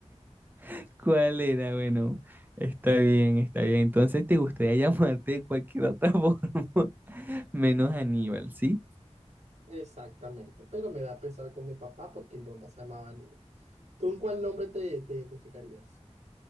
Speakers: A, on the right (about 15°); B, on the right (about 70°).
A: <laughs> cuál era. Bueno, está bien, está bien. Entonces te gustaría llamarte de cualquier otra <laughs> forma, menos Aníbal, ¿sí?
B: Exactamente. Pero me da pesar con mi papá porque mi papá se llamaba Aníbal. ¿Tú en cuál nombre te, te identificarías?